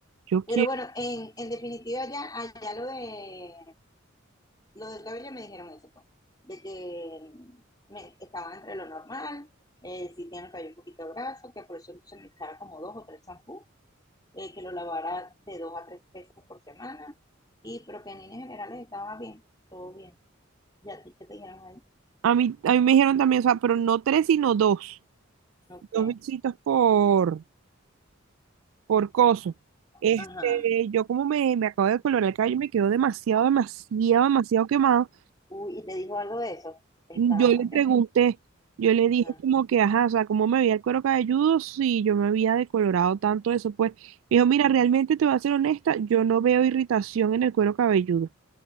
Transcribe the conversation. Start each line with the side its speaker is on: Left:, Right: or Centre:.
Right: yo
Left: Pero
Right: quiero.
Left: bueno, en, en definitiva, ya, allá lo de lo del cabello me dijeron eso, pues, de que me, estaba entre lo normal, eh, si tiene el cabello un poquito graso, que por eso entonces me echara como dos o tres shampoos, eh, que lo lavara de dos a tres veces por semana, y pero que en líneas generales estaba bien, todo bien. ¿Y a ti qué te dijeron ahí?
Right: A mí, a mí me dijeron también, o sea, pero no tres, sino dos.
Left: Ok.
Right: Dos bichitos por, por coso. Este,
Left: Ajá.
Right: yo como me, me acabo de colorar el cabello, me quedó demasiado, demasiado, demasiado quemado.
Left: Uy, y te dijo algo de eso. Estaba
Right: Yo le
Left: muy
Right: pregunté,
Left: quemada.
Right: yo le
Left: Ajá.
Right: dije como que, ajá, o sea, ¿cómo me veía el cuero cabelludo si yo me había decolorado tanto eso? Pues me dijo,
Left: ujú.
Right: mira, realmente te voy a ser honesta, yo no veo irritación en el cuero cabelludo.